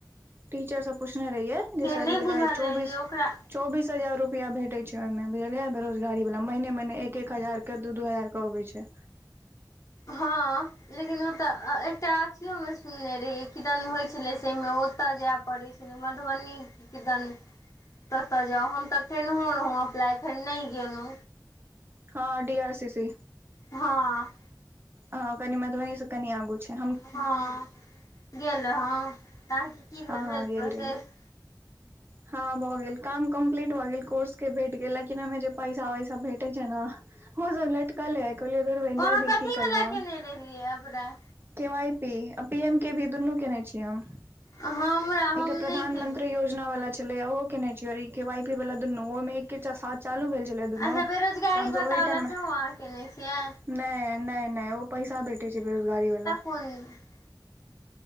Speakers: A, on the right; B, on the left.
A: टीचर स पूछने रहियै जे
B: से
A: सर
B: नहि
A: ई वला
B: बुझल
A: अइ चौबीस
B: जे ओकरा
A: चौबीस हजार रुपया भेटै छै ओहिमें बुझलियै बेरोजगारी बला महिने महिने एक एक हजार के दू दू हजार क अबय छै।
B: हँ लेकिन ओत एकटा अथियो मे सुनने रहियै किदन होइ छलै सेमें ओतय जै पडय छलै मधुबनी कि किदन ततऽ जाउ हम तऽ केनहो रहौं अप्लाइ फेर नहि गेलौं।
A: हँ डीआरसीसी।
B: हँ
A: हं कनि मधुबनी स कनि आगु छय।
B: हँ गेल रहौं त अहांके कि
A: हँ
B: भेल भेल
A: हँ गेल
B: प्रोसेस?
A: रहियै हँ भऽ गेल काम कम्प्लीट भऽ गेल कोर्स के भेट गेल लेकिन ओहिमे जे पैसा वैसा भेटे छै न ओ सब लटकले अय कहलियै धुरबहिं
B: अहाँ
A: जै दहि
B: कथीवला
A: की करबै
B: केने
A: आब।
B: रहियै अप्लाइ
A: के वाय पी आ पी एम के वी भी दुनू केने छियै हम।
B: हमरा
A: एकटा
B: हम नहि
A: प्रधानमंत्री
B: केलियै
A: योजना वला ऐलैयै ओहो केने छी और ई केवाइपी वला दुनू ओहोमे एके चासाथ चालू भेल छलै दुनू
B: अच्छा बेरोजगारी
A: तऽ हमसब
B: भत्तावला
A: ओहि टाइम मे
B: सेहो अहाँ केने छियै
A: नय नय नय ओ पैसा भेटय छय बेरोजगारी बला।
B: ओइ <unintelligible>